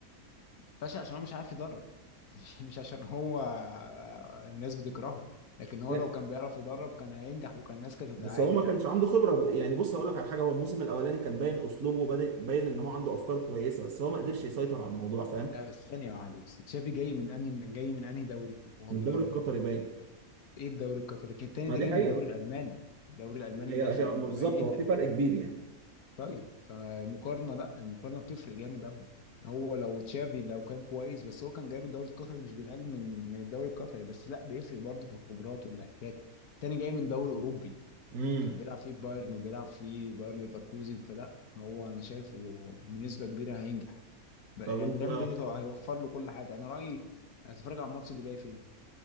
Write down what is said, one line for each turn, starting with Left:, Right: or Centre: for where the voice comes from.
Left: فاشل عشان هو مش عارف يدرب <laughs> مش مش عشان هو آه، الناس بتكرهه لكن هو
Right: لا
Left: لو كان بيعرف يدرب كان هينجح وكان الناس كانت
Right: بس
Left: عادي
Right: هو ما
Left: يعني
Right: كانش عنده خبرة يعني بص هقول لك على حاجة هو الموسم الاولاني كان باين اسلوبه وباين باين ان هو عنده افكار كويسة بس هو ما قدرش يسيطر على الموضوع فاهم
Left: لا بس ثانية واحدة بس تشافي جاي من انهي جاي من انهي دوري وهو
Right: من
Left: بيدرب
Right: الدوري القطري باين
Left: ايه الدوري القطري لكن التاني
Right: ما
Left: ده
Right: دي
Left: جاي
Right: حقيقة
Left: من الدوري الألماني الدوري الألماني
Right: هي
Left: ده فبيبين
Right: هي بالظبط هو في فرق كبير يعني
Left: طيب فمقارنة لا المقارنة بتفرق جامد قوي هو لو تشافي لو كان كويس بس هو كان جاي من الدوري القطري مش بينقل من من الدوري القطري بس لا بيفرق برضه في الخبرات والاحتكاك تاني جاي من دوري اوروبي
Right: امم
Left: كان بيلعب فيه بايرن وبيلعب فيه باير ليفركوزن فلا هو انا شايفه بنسبة كبيرة هينجح يعني
Right: طب انت
Left: ريال مدريد هو- هيوفر له كل حاجة انا رأيي هتتفرج على الماتش اللي جاي فين